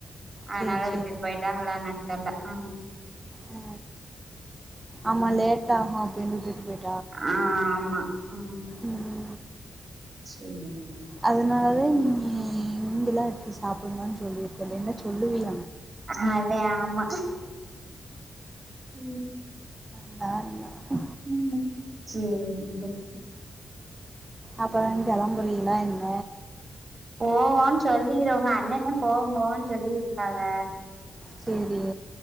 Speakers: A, on the right (about 35°); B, on the right (about 20°).
A: அதனால
B: சேரி சேரி
A: விட்டுட்டு போய வந்ட்டாங்களா என்னானு தெரியல ஆ
B: ஆ ஆமா லேட் ஆகு அப்டின்னு செல்லிட்டு போய்
A: ஆ ஆமா ம்
B: ம்
A: சேரிங்க
B: அதனால நீ இங்கெலா எடுத்து சாப்பிடுங்கனு சொல்லியிருக்கல்ல என்ன சொல்லுவிய
A: ஆ அதே ஆமா ம்
B: <unintelligible>
A: ம் சேரிங்க <unintelligible>
B: அப்புற கிளம்பரிங்களா என்ன
A: போவோம்னு சொல்லிருவங்க அண்ணனே போக போன்னு சொல்லிருக்காங்க
B: சேரி